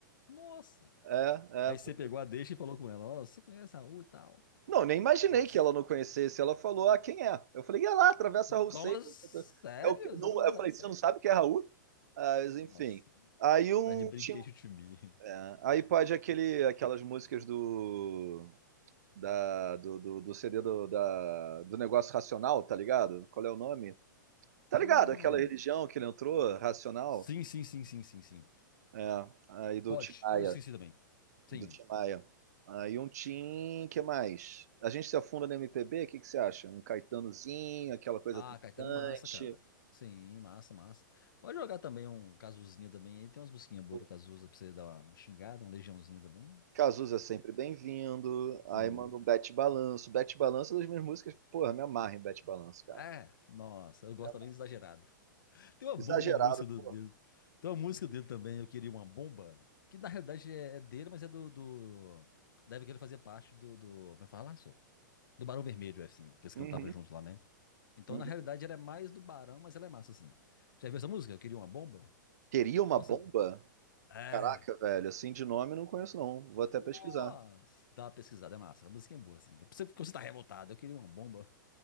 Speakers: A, on the left (about 80°); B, on the right (about 55°).
A: nossa.
B: É,
A: Aí
B: é.
A: você pegou a deixa e falou com ela, ó, você conhece Raul e tal?
B: Não, nem imaginei
A: Nossa.
B: que ela não conhecesse. Ela falou, ah, quem é? Eu falei, é lá, atravessa a Raul
A: Como?
B: Seixas.
A: assim? Sério?
B: É o que-
A: Você
B: não-
A: não conhece
B: Eu falei,
A: Raul Seixas?
B: você não sabe quem é Raul? Ah, Mas, enfim.
A: Nossa,
B: Aí um.
A: tá de brinquedo
B: tinha-
A: de mim.
B: é, Aí pode aquele, aquelas músicas do. Da, do, do, do CD do, da, do Negócio Racional, tá ligado? Qual é o nome? Tá
A: Hum.
B: ligado? Aquela religião que ele entrou, Racional.
A: Sim, sim, sim, sim, sim, sim.
B: É, aí do
A: Pode,
B: Tim Maia,
A: eu esqueci também. Sim.
B: do Tim Maia. Aí um Tim, que mais? A gente se afunda no MPB, o que que você acha? Um Caetanozinho, aquela coisa
A: Ah,
B: triunfante.
A: Caetano é massa, cara. Sim, massa, massa. Pode jogar também um Cazuzinha também. Aí tem umas busquinhas, boas
B: O
A: do Cazuza pra você dar uma xingada, um Legiãozinho também.
B: Cazuza é sempre bem-vindo.
A: Sim.
B: Aí manda um Bete Balanço. Bete Balanço é das minhas músicas, porra, me amarra em Bete Balanço, cara.
A: É, nossa, eu gosto
B: Me amarra.
A: também do exagerado. Tem uma
B: Exagerado,
A: bomba, uma música do,
B: porra.
A: dele. Tem uma música dele também, Eu Queria Uma Bomba, que na realidade é, é dele, mas é do, do... Deve que ele fazia parte do, do... Como é que fala, só? Do Barão Vermelho, assim, que eles
B: Uhum,
A: cantavam juntos lá, né? Então,
B: uhum.
A: na realidade, ela é mais do Barão, mas ela é massa, assim. Já viu essa música? Eu queria uma bomba?
B: Teria uma
A: Nossa,
B: bomba?
A: é.
B: Caraca, velho, assim de nome não conheço não. Vou até
A: Nossa,
B: pesquisar.
A: dá uma pesquisada, é massa. A musiquinha é boa, assim. É pra você, quando você tá revoltado, eu queria uma bomba.